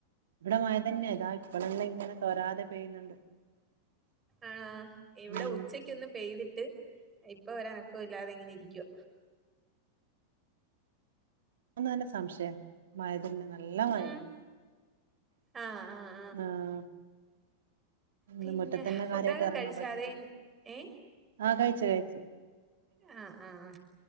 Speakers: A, on the right; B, on the right.
A: ഇവടെ മയതന്നെ താ ഇപ്പളെല്ലാം ങ്ങനെതേരാതെ പെയ്യുന്നുണ്ട്.
B: ആഹാ ഇവിടെ
A: ഉം
B: ഉച്ചെക്കെന്ന് പെയ്തിട്ട് ഇപ്പൊരനക്കെല്ലാതെ ങ്ങനെരിക്കാ.
A: ക്കും തന്നെ സംഷെയാ മയതിന്നെ നല്ലമയാ.
B: ഉം ആഹ് ആഹ്
A: ആഹ്. ന്ന്
B: പിന്നെ
A: മുറ്റതന്നെ
B: ഫുഡൊക്കെ
A: കാര്യയിട്ട് എറങ്ങാൻ
B: കഴിച്ചാ
A: പറ്റീട്ടില്ല
B: അതേ ഏ
A: ആഹ്, കഴിച്ച്, കഴിച്ച്.
B: ആഹ് ആഹ് ആ